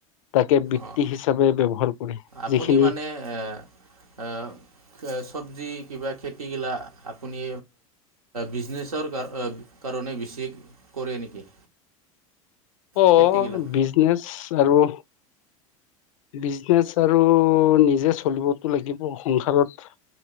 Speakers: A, on the left (about 65°); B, on the right (about 80°).
A: তাকে বৃত্তি
B: অঁ
A: হিচাপে ব্যৱহাৰ কৰে
B: আপুনি
A: যিখিনি
B: মানে এ আহ চবজি কিবা খেতিগিলা আপুনি বিজনেচৰ কাৰ কাৰণে বেছি কৰে নেকি?
A: অ
B: খেতিগিলা
A: বিজনেচ আৰু বিজনেচ আৰু নিজে চলিবতো লাগিব সংসাৰত।